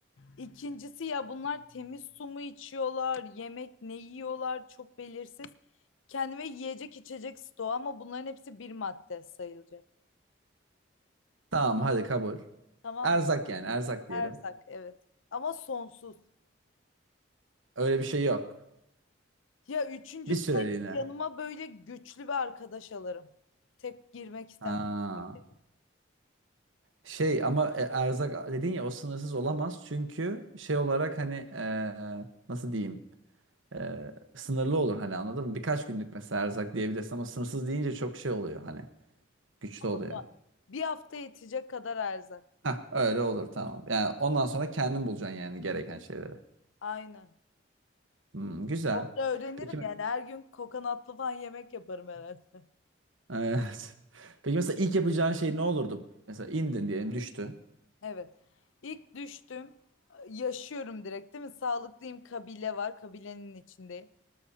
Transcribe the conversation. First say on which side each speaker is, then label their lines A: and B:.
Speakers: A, on the left; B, on the right.
A: İkincisi ya bunlar temiz su mu içiyorlar, yemek ne yiyorlar çok belirsiz. Kendime yiyecek içecek stoğu ama bunların hepsi bir madde sayılacak.
B: Tamam hadi kabul.
A: Tamam
B: Erzak yani erzak diyelim.
A: Erzak evet. Ama sonsuz.
B: Öyle bir şey yok.
A: Ya üçüncüsü
B: Bir süreliğine.
A: de yanıma böyle güçlü bir arkadaş alırım. Tek girmek istemem.
B: Ha.
A: tabii ki.
B: Şey ama e, erzak dedin ya o sınırsız olamaz çünkü şey olarak hani e, e, nasıl diyeyim e, sınırlı olur hani anladın mı? Birkaç günlük mesela erzak diyebilirsin ama sınırsız deyince çok şey oluyor hani güçlü
A: Ama
B: oluyor.
A: da bir hafta yetecek kadar erzak.
B: Hah öyle olur tamam. Yani ondan sonra kendin bulacaksın yani gereken şeyleri.
A: Aynen.
B: Hmm, güzel.
A: Orada öğrenirim
B: Peki me-
A: yani her gün kokonatlı falan yemek yaparım herhalde. <laughs>
B: <laughs> evet. Peki mesela ilk yapacağın şey ne olurdu? Mesela indin diyelim düştü.
A: Evet. İlk düştüm. Yaşıyorum direkt değil mi? Sağlıklıyım kabile var. Kabilenin içindeyim.